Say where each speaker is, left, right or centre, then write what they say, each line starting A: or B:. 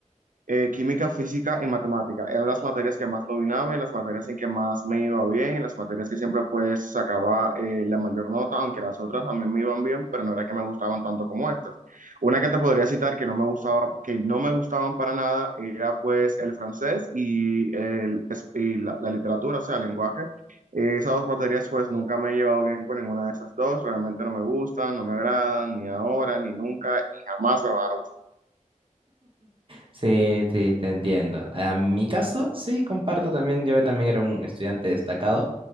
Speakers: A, on the right; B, on the right.
A: eh, química, física y matemática. Eran las materias que más dominaba, y las materias en que más me iba bien, y las materias que siempre pues sacaba eh, la mayor nota, aunque las otras también me iban bien, pero no era que me gustaban tanto como estas. Una que te podría citar que no me gustaba, que no me gustaban para nada era pues el francés y, el, y la, la literatura, o sea, el lenguaje. Eh, Esas dos materias pues nunca me he llevado bien con ninguna de esas dos, realmente no me gustan, no me agradan, ni ahora, ni nunca, ni jamás me van a
B: Sí, sí, te entiendo. A mi caso, sí, comparto también. Yo también era un estudiante destacado.